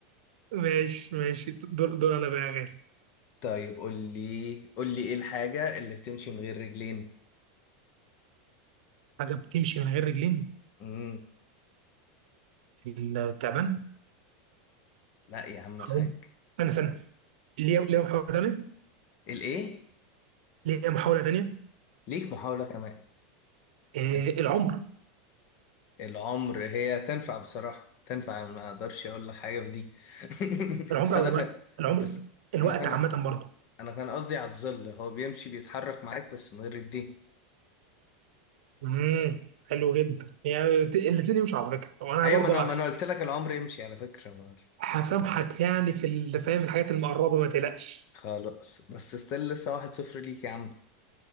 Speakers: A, on the right; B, on the left.
A: ماشي ماشي دور دور انا بقى يا غالي
B: طيب قول لي قول لي إيه الحاجة اللي بتمشي من غير رجلين؟
A: حاجه بتمشي من غير رجلين
B: مم.
A: التعبان
B: لا يا عم
A: هقول
B: الحاج
A: انا سنه ليا ليا محاوله ثانيه
B: الإيه؟
A: ليا محاوله ثانيه
B: ليك محاولة كمان
A: إيه
B: <laughs>
A: العمر
B: العمر هي تنفع بصراحة تنفع ما أقدرش أقول لك حاجة في دي <laughs>
A: العمر
B: بس
A: او
B: أنا
A: الوقت
B: خ...
A: العمر
B: بس
A: الوقت
B: انا خل...
A: عامه برضه
B: انا كان قصدي على الظل هو بيمشي بيتحرك معاك بس من غير رجليه
A: امم حلو جدا يعني الاثنين يمشوا على فكره وانا
B: ايوه
A: برضه
B: ما انا ما انا قلت لك العمر يمشي على فكره ما
A: هسامحك يعني في ال- فاهم الحاجات المقربه ما تقلقش
B: خلاص بس ستيل لسه واحد صفر ليك يا عم